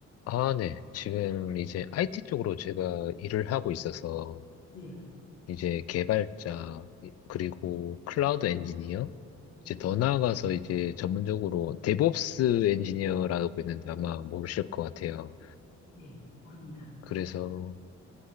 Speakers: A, on the left (about 55°); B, on the left (about 80°).
A: 아, 네. 지금 이제 IT 쪽으로 제가 일을 하고 있어서
B: 네.
A: 이제 개발자, 그리고 클라우드 엔지니어,
B: 어?
A: 이제 더 나아가서 이제 전문적으로 데브옵스 엔지니어라고 있는데 아마 모르실 것 같아요.
B: 네. 모릅니다.
A: 그래서